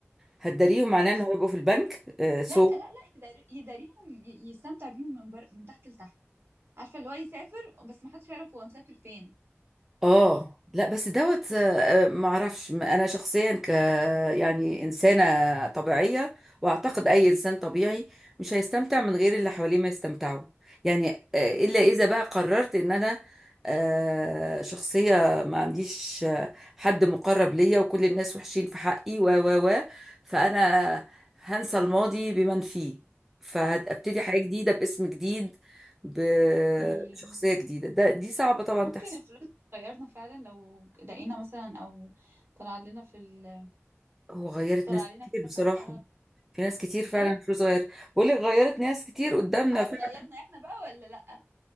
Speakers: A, in the centre; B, on the right.
A: هتداريهم معناه
B: بز...
A: ان هو يبقوا في البنك سو
B: لا لا لا يداري... يداريهم ي- يستمتع بيهم من بر... من تحت لتحت عارفه اللي هو يسافر بس ما حدش يعرف هو مسافر فين
A: اه لا بس دوت آه، آه، ما اعرفش م- انا شخصيا ك يعني انسانه طبيعيه واعتقد اي انسان طبيعي مش هيستمتع من غير اللي حواليه ما يستمتعوا يعني آه، الا اذا بقى قررت ان انا آه، شخصيه ما عنديش آه، حد مقرب ليا وكل الناس وحشين في حقي و و و فانا هنسى الماضي بمن فيه فهبتدي حياه جديده باسم جديد بشخصيه
B: مم.
A: جديده ده دي صعبه طبعا
B: ممكن
A: تحصل
B: الفلوس تغيرنا فعلا لو لقينا مثلا او طلع لنا في ال...
A: هو غيرت
B: طلع
A: ناس
B: لنا
A: كتير
B: كده
A: بصراحة
B: فجأة
A: في ناس كتير فعلا
B: ايه
A: فلوس غير بقول لك غيرت ناس كتير قدامنا
B: هتغيرنا
A: فعلا
B: احنا بقى ولا لا